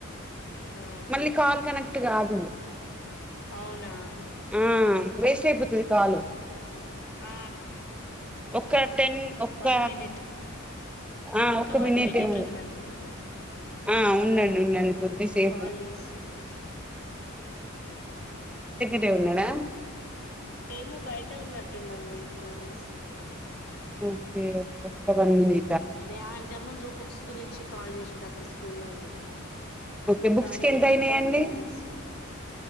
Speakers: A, on the left (about 80°); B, in the centre.
A: ఆ
B: మళ్ళీ కాల్ కనెక్ట్ కాదు
A: అవునా
B: ఆ వేస్ట్ అయిపోతది కాలు
A: ఆ
B: ఒక్క టెన్ ఒక్క
A: వన్ మీనిట్
B: ఆ
A: ఇంకా
B: ఒక్క
A: వన్ మినిట్
B: ఏమో
A: ఉందనుకుంటా మ్
B: ఆ ఉండండి ఉండండి కొద్దిసేపు
A: కల్ చేస్తున్నారు
B: త్ ఉన్నాడా
A: ఏమో బయట ఉన్నట్టుందండి ఫోన్ చేస్తున్నాడు
B: ఓకే <unintelligible> ఉంది
A: డే ఇంత ముందు బుక్స్ గురించి కాల్ చేసింటే అక్కడ స్కూల్ లో ఉన్నప్పుడు
B: ఓకే
A: మరి
B: బుక్స్
A: దాని
B: కి ఎంత
A: గురించే
B: అయినాయండి
A: కాల్ చేస్తున్నాడో